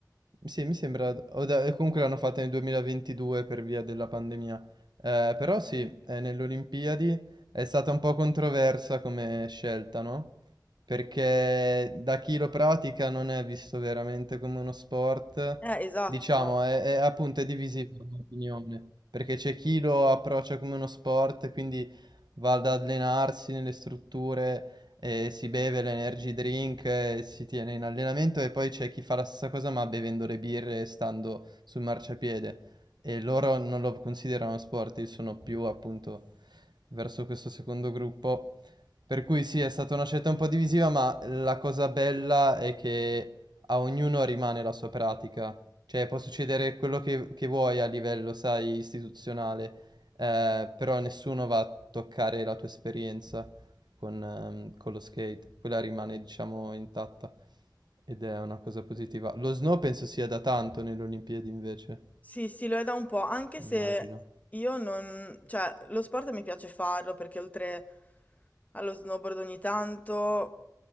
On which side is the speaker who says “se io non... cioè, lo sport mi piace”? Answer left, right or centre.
Left